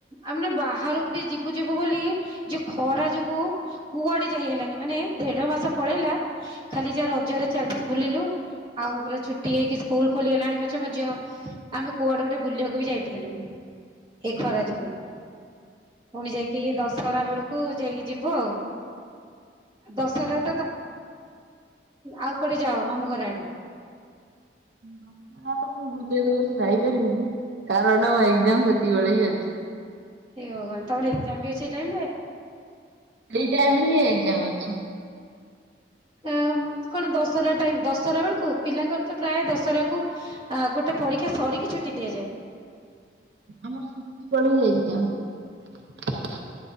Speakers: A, on the right; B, on the right.
A: ଆମେ ନା ବାହାରକୁ ଗୋଟେ ଯିବୁ ଯିବୁ ବୋଲି ଯୋଉ ଖରା ଯୋଗୁ କୁଆଡେ ଯାଇ ହେଲାନି ମାନେ ଦେଢ ମାସ ପଳେଇଲା। ଖାଲି ଯାହା ରଜରେ ଚାରି ଦିନ ବୁଲିଲୁ ଆଉ ପୁରା ଛୁଟି ହେଇକି ସ୍କୁଲ ଖୋଲିଗଲାଣି ପଛେ ମୋ ଝିଅ ଆମେ କୁଆଡେ ଗୋଟେ ବୁଲିବାକୁ ବି ଯାଇପାଇଲୁନି। ଏ ଖରା ଯୋଗୁ ପୁଣି ଯାଇକି ଦଶହରା ବେଳକୁ ଯାଇକି ଯିବୁ ଆଉ। ଦଶହରା ତ ଆଉ କୁଆଡେ ଯାଅ ମାମୁ ଘର ଆଡେ?
B: ଦଶହାରା ତ ମୁଁ ବୁଲିବାକୁ ଏ ବର୍ଷ ଯାଇପାରିବିନି କାରଣ ଏଗ୍ଜାମ ସେତିକି ବେଳେ ହି ଅଛି।
A: ହେଏ ଭଙ୍ଗବାନ ତମର ଏକ୍ଜାମ ବି ଅଛି ଏଇ ଟାଇମିରେ?
B: ଏଇ ଟାଇମି ରେ ହିଁ ଏଗଜାମ ଅଛି।
A: ଆ କଣ ଦଶହରା ଟାଇମି ଦଶହରା ବେଳକୁ ପିଲାଙ୍କର ତ ପ୍ରାୟ ଦଶହରାକୁୁ ଆ ଗୋଟେ ପରୀକ୍ଷା ସରିକି ଛୁଟି ଦିଆଯାଏ।
B: ଆମର ସେତିକିବେଳେ ହି ଏଗଜାମ୍।